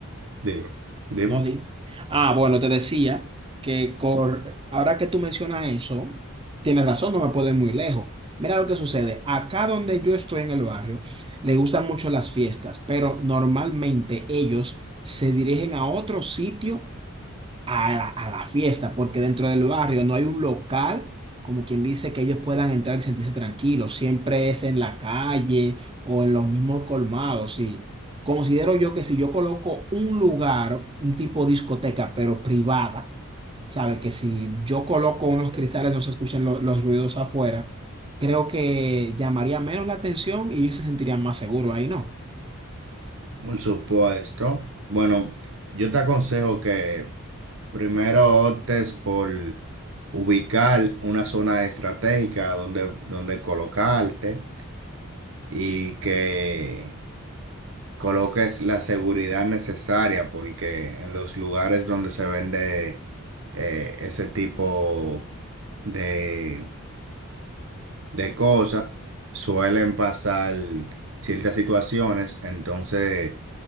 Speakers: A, on the right; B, on the right.
A: dime, dime.
B: No di. Ah, bueno, te decía que cor- ahora que tú mencionas eso, tienes razón, no me puedo ir muy lejos. Mira lo que sucede. Acá donde yo estoy en el barrio, le gustan mucho las fiestas, pero normalmente ellos se dirigen a otro sitio a la, a la fiesta, porque dentro del barrio no hay un local, como quien dice, que ellos puedan entrar y sentirse tranquilos. Siempre es en la calle o en los mismos colmados, sí. Considero yo que si yo coloco un lugar, un tipo discoteca, pero privada, sabe que si yo coloco unos cristales no se escuchan lo- los ruidos afuera, creo que llamaría menos la atención y ellos se sentirían más seguros ahí, ¿no?
A: Por supuesto. Bueno, yo te aconsejo que primero optes por ubicar una zona estratégica donde, donde colocarte y que coloques la seguridad necesaria, porque en los lugares donde se vende eh, ese tipo de, de cosas suelen pasar ciertas situaciones, entonces